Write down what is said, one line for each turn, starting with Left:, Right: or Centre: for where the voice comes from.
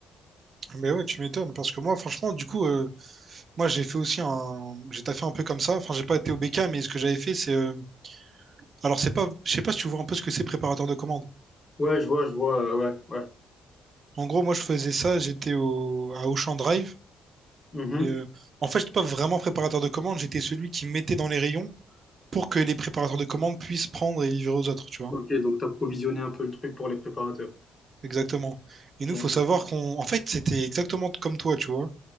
Right: Mais ouais, tu m'étonnes, parce que moi, franchement, du coup, euh, moi, j'ai fait aussi un, j'ai taffé un peu comme ça. Enfin, j'ai pas été au BK, mais ce que j'avais fait, c'est, euh, alors, c'est pas, je sais pas si tu vois un peu ce que c'est préparateur de commande.
Left: Ouais, je vois, je vois, euh, ouais, ouais.
Right: En gros, moi, je faisais ça, j'étais au, à Auchan Drive.
Left: Mhm.
Right: Et, euh, en fait, j'étais pas vraiment préparateur de commande. j'étais celui qui mettait dans les rayons pour que les préparateurs de commandes puissent prendre et livrer aux autres, tu vois.
Left: Ok, donc t'as provisionné un peu le truc pour les préparateurs.
Right: Exactement.
Left: Ok.
Right: Et nous, faut savoir qu'on, en fait, c'était exactement comme toi, tu vois.